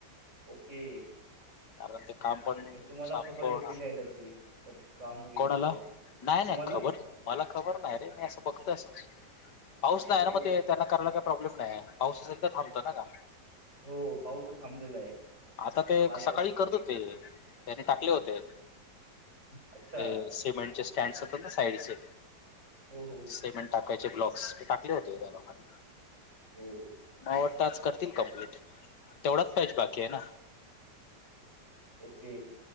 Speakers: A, on the right; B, on the left.
A: ओके.
B: कारण ते काम पन
A: मग तुम्हाला
B: संपवणार.
A: खबर भेटलेली आहे त्याची
B: <inaudible>
A: क- काम होईल
B: कोणाला?
A: वगैरे
B: नाही-नाही
A: तुम्हाला
B: खबर मला खबर नाही रे, मी असं बघतोय असचं. पाऊस नाही
A: ओके
B: ना
A: ओके
B: मग ते, त्यांना करायला काही प्रॉब्लेम काय आहे? पाऊस असेल तर थांबतो ना का?
A: हो पाऊस तर थांबलेला आहे
B: आता ते
A: काल.
B: सकाळी करत होते, त्यानी टाकले होते.
A: अच्छा
B: ते सिमेंटचे स्टँड असतात ना साईडचे,
A: हो हो
B: सिमेंट टाकाय चे ब्लाॅक्स टाकले होते, या लोकांनी.
A: हो
B: मला वाटतं आज करतील कंप्लीट ते, तेवढाच पॅच बाकी आहे ना?
A: ओके